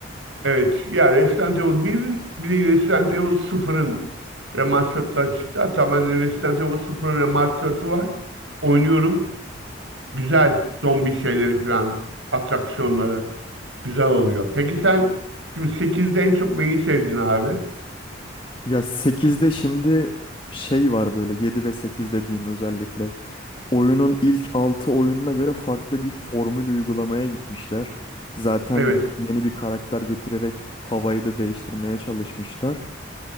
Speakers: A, on the right; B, on the left.
A: Evet. Ya Resident Evil birin bir de Resident Evil sıfırın remastered'ları çıktı. Hatta ben Resident Evil sıfırın remastered'ı var. Oynuyorum. Güzel. Zombi şeyleri falan. Atraksiyonları. Güzel oluyor. Peki sen şimdi sekizde en çok neyi sevdin abi?
B: Ya 8'de şimdi şey var böyle 7 ve 8 dediğim özellikle. oyunun ilk 6 oyununa göre farklı bir formül uygulamaya gitmişler. Zaten
A: Evet.
B: yeni bir karakter getirerek havayı da değiştirmeye çalışmışlar.